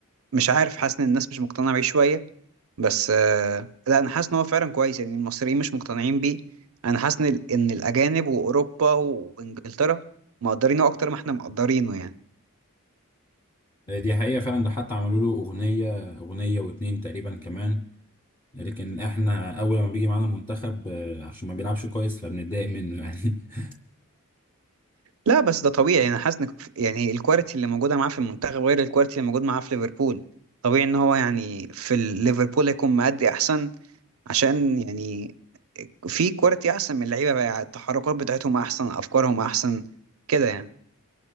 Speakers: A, on the right; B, on the left.
A: مش عارف حاسس ان الناس مش مقتنعه بيه شويه بس آه، لا انا حاسس ان هو فعلا كويس يعني المصريين مش مقتنعين بيه انا حاسس ان ال- إن الاجانب واوروبا وانجلترا مقدرينه اكتر ما احنا مقدرينه يعني
B: آه، دي حقيقه فعلا ده حتى عملوا له اغنيه اغنيه واتنين تقريبا كمان لكن احنا اول ما بيجي معانا المنتخب آه، عشان ما بيلعبش كويس فبنتضايق منه يعني <laughs>
A: لا بس ده طبيعي انا حاسس ان ف- يعني الكواليتي اللي موجوده معاه في المنتخب غير الكواليتي اللي موجود معاه في ليفربول طبيعي ان هو يعني في ال- ليفربول هيكون مادي احسن عشان يعني في كواليتي احسن من اللعيبه بقى يعني التحركات بتاعتهم احسن افكارهم احسن كده يعني